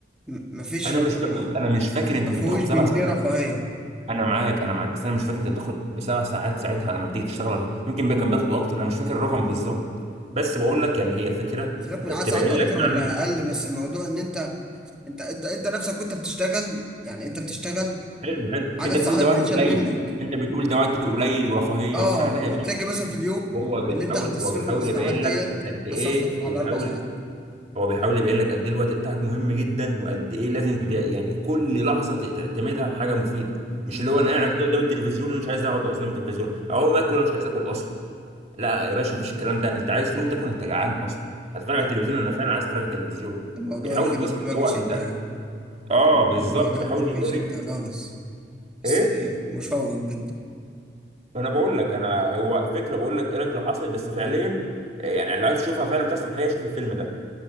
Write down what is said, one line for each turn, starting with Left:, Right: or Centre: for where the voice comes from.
Centre: م- مفيش
Right: انا
Centre: رفاهية
Right: مش فا- بص انا مش فاكر انت
Centre: مفهوش
Right: كنت بتاخد
Centre: بجنيه
Right: سبع ساعات
Centre: رفاهية
Right: انا معاك انا معاك بس انا مش فاكر انت بتاخد بسبع ساعات ساعتها لما بتيجي تشتغل ممكن بي- كان بياخدوا اكتر انا مش فاكر الرقم بالظبط بس بقول لك يعني هي فكره
Centre: سيبك من
Right: آه،
Centre: عدد
Right: تبين
Centre: ساعات
Right: لك
Centre: اكتر
Right: معنى
Centre: ولا اقل بس الموضوع ان انت انت انت انت نفسك وانت بتشتغل يعني انت بتشتغل
Right: حلو حلو
Centre: عدد
Right: انت
Centre: ساعاتك
Right: بتقول ده وقت
Centre: بتتشال
Right: قليل
Centre: منك
Right: انت بتقول ده وقت قليل ورفاهيه
Centre: اه
Right: وبتاع لا يا باشا
Centre: تلاقي مثلا في اليوم
Right: هو بيحاول
Centre: اللي انت هتصرفه
Right: هو بيحاول
Centre: بالساعات
Right: يبين
Centre: ديت
Right: لك قد ايه
Centre: هتصفصف على
Right: بيحاول
Centre: اربع ساعات
Right: هو بيحاول يبين لك قد ايه الوقت بتاعك مهم جدا وقد ايه لازم ت... يعني كل لحظه ت- تعتمدها حاجه مفيده مش
Centre: امم
Right: اللي هو انا قاعد كده قدام التلفزيون ومش عايز اقعد قدام التلفزيون اقوم
Centre: امم.
Right: اكل انا مش عايز اكل اصلا لا
Centre: لا،
Right: يا باشا مفيش الكلام ده انت عايز تقوم تاكل انت جعان اصلا هتتفرج
Centre: ده
Right: على
Centre: مو-
Right: التلفزيون انا فعلا عايز اتفرج على التلفزيون
Centre: ده موضوع
Right: بيحاول
Centre: يخلي
Right: بص
Centre: الدماغ
Right: هو
Centre: يشت
Right: انت
Centre: يا عم
Right: اه
Centre: موضوع
Right: بالظبط
Centre: يخلي
Right: بيحاول
Centre: الدماغ
Right: يوريك
Centre: يشت خالص بس
Right: ايه
Centre: مشوق جدا
Right: انا بقول لك انا هو فكره بقول لك ايه رايك لو حصلت بس فعليا يعني لو عايز تشوفها فعلا بتحصل في الحقيقه شوف الفيلم ده